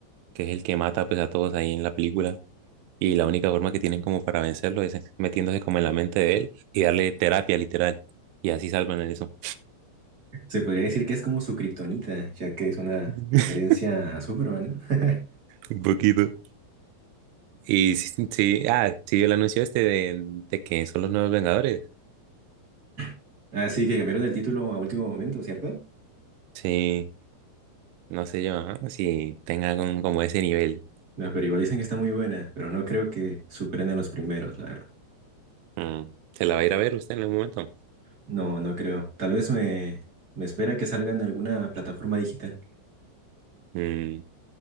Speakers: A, on the right; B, on the right.
A: que es el que mata pues, a todos ahí en la película Y la única forma que tienen como para vencerlo es metiéndose como en la mente de él y darle terapia literal. Y así salvan eso.
B: Se podría decir que es como su kriptonita, ya que es una
A: <laughs>
B: referencia a Superman, ¿no?
A: Un poquito. Y sí, sí, sí, ah, sí, el anuncio este de, de que son los nuevos Vengadores.
B: <laughs> Así que cambiaron el título a último momento, ¿cierto?
A: Sí, no sé yo, ah, si tengan un- como ese nivel.
B: No, pero igual dicen que está muy buena, pero no creo que superen a los primeros, la verdad.
A: Mm, ¿Se la va a ir a ver usted en algún momento?
B: No, no creo. Tal vez me, me espera que salga en alguna plataforma digital.
A: Mm,